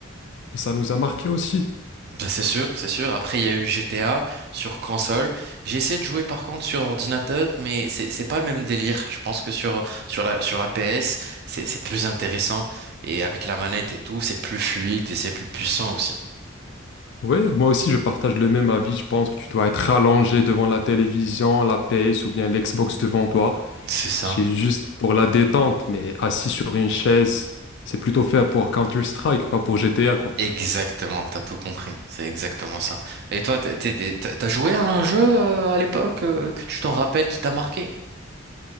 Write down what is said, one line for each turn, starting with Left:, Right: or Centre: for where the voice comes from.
Left: et ça nous a marqué aussi.
Right: Ben, c'est sûr, c'est sûr. Après, il y a eu GTA sur console. J'ai essayé de jouer par contre sur ordinateur, mais c'est c'est pas le même délire. Je pense que sur sur la sur la PS, c'est c'est plus intéressant et avec la manette et tout, c'est plus fluide et c'est plus puissant aussi.
Left: Ouais, moi aussi, je partage le même avis, je pense que tu dois être rallongé devant la télévision, la PS ou bien l'Xbox devant toi.
Right: C'est ça.
Left: C'est juste pour la détente, mais assis sur une chaise, c'est plutôt fait pour Counter-Strike, pas pour GTA, quoi.
Right: Exactement, t'as tout compris, c'est exactement ça. Et toi, t'es- t'es- t'es- t'as t'as joué à un jeu euh, à l'époque euh, que tu t'en rappelles qui t'a marqué?